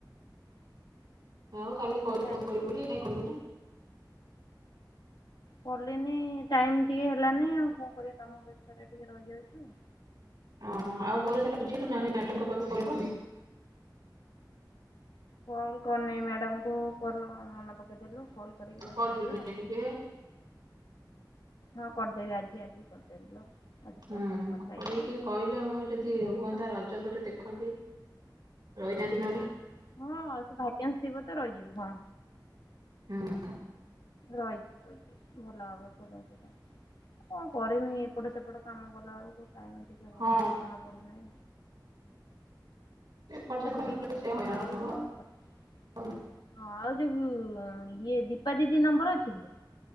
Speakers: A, on the right; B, on the left.
A: ଆଉ କାଲି କହିଲୁ
B: ଖାଇଲିନି
A: ଫୋନ କରିବୁ ବୋଲି କାଇଁ କଲୁନି।
B: କଲିନି ଟାଇମ୍ ଟିକେ ହେଲାନି ଆଉ କଣ କରିବି କାମ ବ୍ୟସ୍ତରେ ଟିକେ ରହିଯାଉଛି।
A: ଓହୋ ଆଉ ମୋର ସେଟା ବୁଝିଲୁ ନାଁ ସେ ମ୍ୟାଡାମଙ୍କ ପାଖକୁ କଲ କଲୁ?
B: କଲ୍ କରିନେଇ ମ୍ୟାଡ଼ାମ କୁ କଲ୍ ମନେ ପକେଇଦେଲୁ କଲ୍ କରିକି
A: ଆଉ
B: କଥା
A: କଲୁନି
B: ହେଇଯିବା ଆଉ
A: ଟିକେ
B: ହଁ କରିଦେବି ଆଜି ଆଜି କରିଦେବି ଲୋ ଆଜି
A: ହୁଁ
B: କଲ୍
A: କରିକି
B: କଥା ହେଇଯିବି
A: ଟିକେ କହିଲେ ମୁଁ ଯଦି
B: କଥା ହେଇ
A: ହୁହନ୍ତା ର ରଜ ପରେ ଦେଖନ୍ତି ରହିଯାନ୍ତି ନହେଲେ।
B: ହଁ ତୁ ଭାଗ୍ୟାନ୍ସ ଥିବ ତ ରହିଯିବୁ ହଁ
A: ହୁ
B: ରହିଯିବୁ ରହିଯିବୁ ଭଲ ହବ ତୋ ପାଇଁ ସେଇଟା। କଣ କରିମି ଏପଟ ସେପଟ କାମ କଲା ବେଳକୁ ଟାଇମ ଟିକେ
A: ହଁ
B: ହଉନି ମନ ପଡୁନି।
A: ଏପଟ
B: ବୁଝିଦେବି
A: ସେପଟ ହେଲେ
B: ବୁଝିଦେବି
A: ତ ସେ ହଇରାଣ
B: କହିଛି
A: ହବ
B: ମାନେ କରିବି
A: ଆଉ।
B: ହଁ ଆଉ ଯୋଉ ଇଏ ଦୀପା ଦିଦି ନମ୍ବର ଅଛି କି